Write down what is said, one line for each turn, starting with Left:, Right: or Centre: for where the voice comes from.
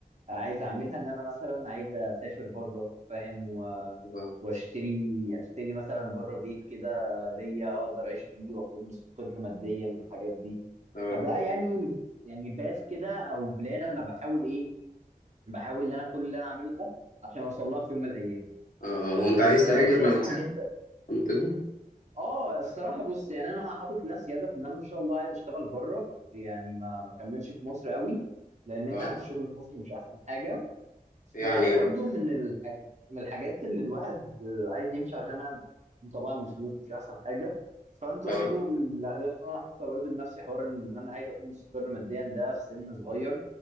Right: عايز اعملها ان انا مثلا عايز اسافر بره فاهم و...
Left: آه،
Right: واشتري اشتري مثلا بره بيت كده ليا اقدر اعيش بيه واكون مستقر ماديا والحاجات دي
Left: آه،
Right: فده يعني يعني باس كده او بلان انا بحاول ايه بحاول ان انا كل اللي انا اعمله ده عشان اوصل لها في يوم من الايام
Left: آه، هو
Right: فاهمني
Left: أنت عايز
Right: فانت
Left: تهاجر
Right: ب...
Left: لما تكبر؟
Right: هل انت
Left: لما تكبر؟
Right: اه الصراحه بص يعني انا حاطط لنفسي هدف ان انا ان شاء الله عايز اشتغل بره يعني ما ما كملش في مصر قوي لان انت
Left: أه
Right: عارف الشغل في مصر مش احسن حاجه
Left: يعني
Right: فبرضه
Left: أه
Right: من الحاج... من الحاجات اللي الواحد آه، عايز يمشي عشانها طبعا الفلوس مش احسن حاجه فانت
Left: أه
Right: برضه من الاهداف اللي انا حاططها برضه لنفسي حوار ان انا عايز اكون مستقر ماديا ده في سن صغير